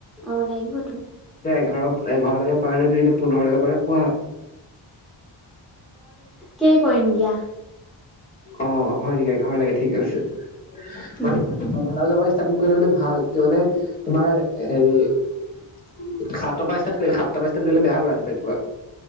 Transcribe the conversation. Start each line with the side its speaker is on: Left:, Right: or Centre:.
Centre: অহ, লাগিবতো,
Left: ধৰক এঘাৰলৈকে পাৰে নাই তুমি এতিয়া পোন্ধৰ লৈকে পাৰা কোৱা?
Centre: তাকে কৰিম দিয়া।
Left: অ', হয় নেকি ঘৰ লাগে ঠিক আছে। এঘাৰটা
Centre: উম।
Left: বজাৰ পৰা ষ্টাৰ্টিং কৰি দিও নে, ভাল কিয় মানে তোমাৰ হেৰি সাতটা পৰা ষ্টাৰ্ট কৰিলে সাতটা ষ্টাৰ্ট কৰিলে বেয়া হ'ব ৰাতিপুৱা -ৰাতিপুৱা।